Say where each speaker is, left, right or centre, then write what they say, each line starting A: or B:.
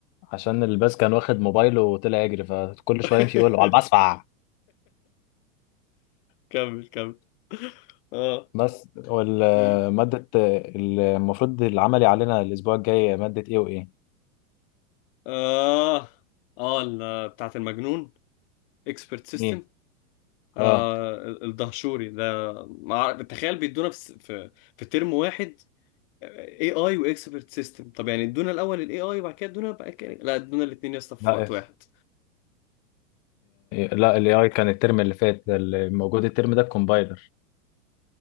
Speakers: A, on the left; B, on the left.
A: عشان الباز كان واخد موبايله وطلع يجري فكل
B: <laughs>
A: شويه يمشي يقول له على البسفع
B: كمل كمل اه
A: بس والماده
B: مم.
A: المفروض العملي علينا الاسبوع الجاي ماده ايه وايه
B: اه اه ال- بتاعت المجنون اكسبرت سيستم
A: ايه
B: آه
A: اه
B: ال- الدهشوري ده مع... تخيل بيدونا في س- في, في ترم واحد اي اي واكسبرت سيستم طب يعني ادونا الاول الاي اي وبعد كده ادونا بقى كده لا ادونا الاثنين يا اسطى في
A: لا
B: وقت
A: إف.
B: واحد
A: لا الاي اي كان الترم اللي فات الموجود الترم ده الكومبايلر